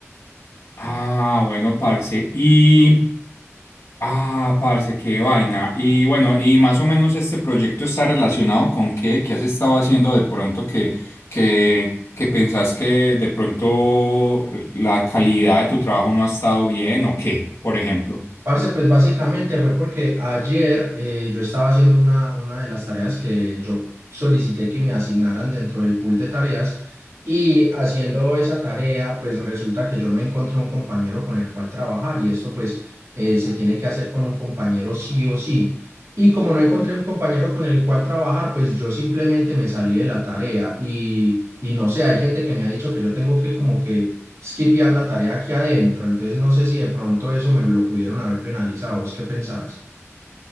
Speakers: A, on the left; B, on the right.
A: Ah, bueno, parce. Y Ah, parce, qué vaina. Y bueno, y más o menos este proyecto está relacionado con qué, qué has estado haciendo de pronto que, que, que pensás que de pronto la calidad de tu trabajo no ha estado bien o qué, por ejemplo.
B: Parce, pues básicamente fue porque ayer eh, yo estaba haciendo una, una de las tareas que yo solicité que me asignaran dentro del pool de tareas y haciendo esa tarea, pues resulta que yo no encontré un compañero con el cual trabajar y esto pues eh, se tiene que hacer con un compañero sí o sí. Y como no encontré un compañero con el cual trabajar, pues yo simplemente me salí de la tarea y, y no sé, hay gente que me ha dicho que yo tengo que como que skipear la tarea aquí adentro. Entonces no sé si de pronto eso me lo pudieron haber penalizado. ¿Vos qué pensás?